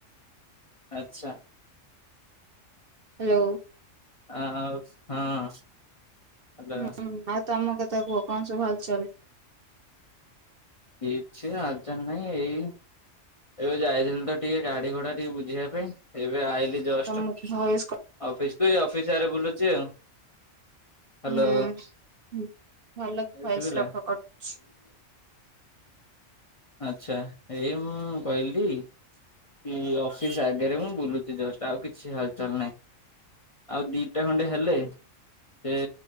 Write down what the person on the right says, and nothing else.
ହ୍ୟାଲୋ
ହୁଁ ଆଉ ତ ଆମ କଥା କୁହ କଣ ସବୁ ହାଲ ଚାଲ
ତମ ଭଏସ
ହଁ ଭଲ
ଭୟସ
ରଖ କରୁଛି <inaudible>